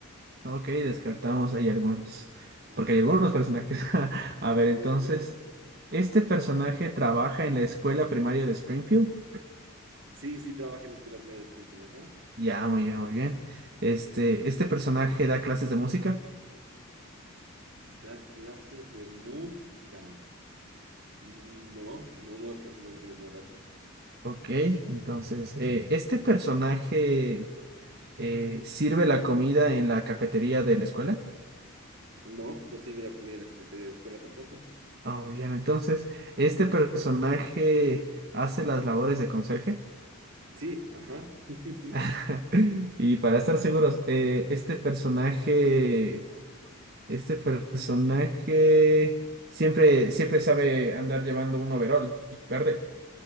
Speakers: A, on the right; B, on the right.
A: Ok, descartamos ahí algunos,
B: Ujú.
A: porque hay algunos personajes. <laughs> A
B: Sí,
A: ver, entonces,
B: Ajá.
A: ¿este personaje trabaja en la escuela primaria de Springfield?
B: Sí, sí trabaja en la escuela primaria de Springfield, ajá.
A: Ya, muy bien, muy bien. Este, ¿este personaje da clases de música?
B: Da clases de música. Mm, No, no, no da clases de música como tal.
A: Ok, entonces, eh, ¿este personaje eh, sirve la comida en la cafetería de la escuela?
B: No, no sirve la comida en la cafetería de la escuela tampoco.
A: Ah, muy bien, entonces, ¿este personaje hace las labores de conserje?
B: Sí, ajá. <laughs>
A: <laughs> Y para estar seguros, eh, ¿este personaje Este personaje siempre, siempre sabe andar llevando un overol verde.